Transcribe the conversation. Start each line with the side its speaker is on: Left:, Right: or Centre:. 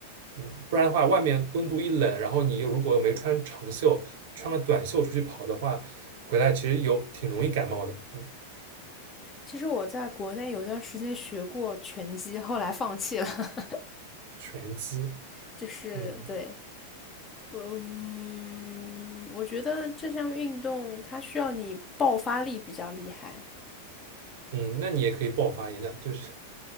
Right: 嗯，不然的话，外面温度一冷，
Left: 嗯。
Right: 然后你又如果没穿长袖，穿个短袖出去跑的话，回来其实有挺容易感冒的。嗯，
Left: 其实我在国内有一段时间学过拳击，后来放弃了。<laughs>
Right: 拳击，
Left: 就是对，
Right: 嗯
Left: 嗯，我觉得这项运动它需要你爆发力比较厉害。
Right: 嗯，那你也可以爆发一下，就是